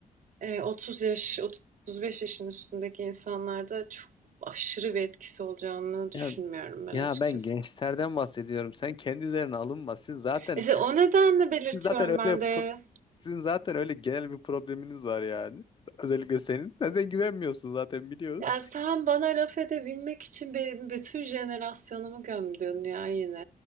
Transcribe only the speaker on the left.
Ya,
ya
ben gençlerden bahsediyorum. Sen kendi üzerine alınma. Siz zaten
siz zaten öyle
p-
sizin zaten öyle genel bir probleminiz var yani. Özellikle senin. Sen güvenmiyorsun zaten biliyoruz.